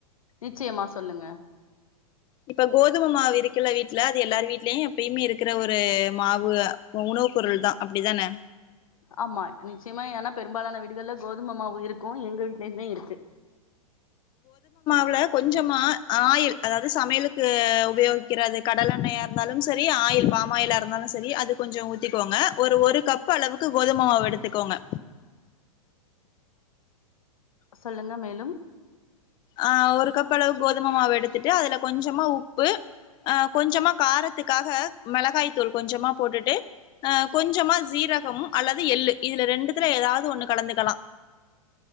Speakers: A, on the left (about 70°); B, on the left (about 25°).
A: நிச்சயமா சொல்லுங்க
B: இப்ப கோதுமை மாவு இருக்கில்ல வீட்ல அது எல்லார் வீடலயு எப்பயுமே இருக்கிற ஒரு மாவு உணவு பொருள்தா அப்டிதான
A: ஆமா நிச்சயமா ஏன்னா பெரும்பாலான வீடுகள்ள கோதுமமாவு இருக்கூ எங்க வீட்லையுமே இருக் த்து
B: ப்ல கொஞ்சமா ஆயில் அதாவது சமையலுக்கு உபயோகிக்ற அது கடலெண்ணெயா இருந்தாலும் சரி ஆயில் பாம் ஆயிலா இருந்தாலு சரி அது கொஞ்சோ ஊத்திக்கோங்க ஒரு ஒரு கப் அளவுக்கு கோதும மாவு எடுத்துக்கோங்க
A: சொல்லுங்க மேலும்
B: ஆஹ் ஒரு கப் அளவு கோதும மாவு எடுத்துட்டு அதல கொஞ்சமா உப்பு அஹ் கொஞ்சமா காரத்துக்காக மெளகாய் தூள் கொஞ்சமா போட்டுட்டு அ கொஞ்சமா ஜீரகம் அல்லது எள்ளு இதுல ரெண்டுத்துல எதாவது ஒண்ணு கலந்துக்கலா